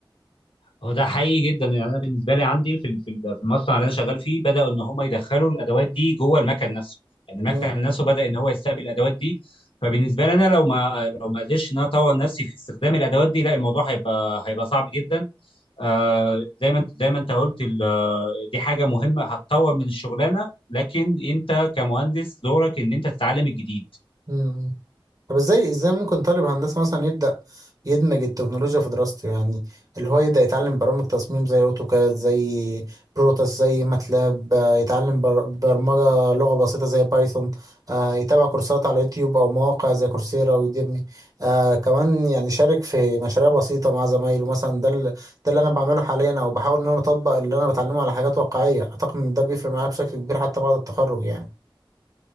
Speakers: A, on the left (about 75°); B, on the right (about 40°).
A: هو ده حقيقي جدا يعني انا بالنسبه لي عندي في ال- في ال- في المصنع اللي انا شغال فيه بداوا ان هم يدخلوا الادوات دي جوه المكن نفسه يعني المكن
B: مم.
A: نفسه بدا ان هو يستقبل الادوات دي فبالنسبه لي انا لو ما لو ما قدرتش ان انا اطور نفسي في استخدام الادوات دي لا الموضوع هيبقى هيبقى صعب جدا آه زي ما انت زي ما انت قلت ال- آه، دي حاجه مهمه هتطور من الشغلانه لكن انت كمهندس دورك ان انت تتعلم الجديد
B: مم. طب ازاي ازاي ممكن طالب هندسة مثلا يبدأ يدمج التكنولوجيا في دراسته يعني اللي هو يبدأ يتعلم برامج تصميم زي اوتوكاد زي بروتاس زي ماتلاب آه، يتعلم بر- برمجة لغة بسيطة زي بايثون آه، يتابع كورسات على يوتيوب أو مواقع زي كورسيرا ويوديمي آه، كمان يعني شارك في مشاريع بسيطة مع زمايله مثلا ده ال- ده اللي أنا بعمله حاليا أو بحاول إن أنا أطبق اللي أنا بتعلمه على حاجات واقعية أعتقد إن ده بيفرق معايا بشكل كبير حتى بعد التخرج يعني